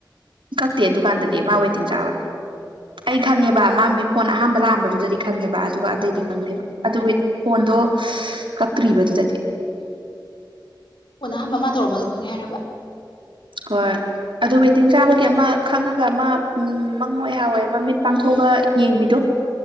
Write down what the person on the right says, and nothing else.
ꯀꯛꯇꯦ ꯗꯨꯀꯥꯟꯗꯗꯤ ꯃꯥ ꯋꯦꯇꯤꯡ ꯆꯥꯕꯅꯦ ꯑꯩ ꯈꯪꯉꯦꯕ ꯃꯥꯕꯤ ꯐꯣꯟ ꯑꯍꯝꯕ ꯂꯥꯛꯑꯝꯕꯗꯨ ꯑꯗꯨꯗꯤ ꯈꯪꯉꯦꯕ ꯑꯗꯨꯒ ꯑꯇꯩꯗꯤ ꯈꯪꯗꯦꯕ ꯑꯗꯨꯒ ꯐꯣꯟꯗꯣ ꯀꯛꯇ꯭ꯔꯤꯕꯗꯨꯗꯗꯤ
ꯍꯣꯏ ꯑꯗꯨ ꯋꯦꯇꯤꯡ ꯆꯥꯕꯒꯤ ꯑꯃ ꯈꯪꯉꯒ ꯑꯃ ꯎ ꯃꯪꯉꯣꯏꯍꯥꯎꯋꯏ ꯑꯃ ꯃꯤꯠ ꯄꯥꯡꯊꯣꯛꯑꯒ ꯌꯦꯡꯕꯤꯗꯣ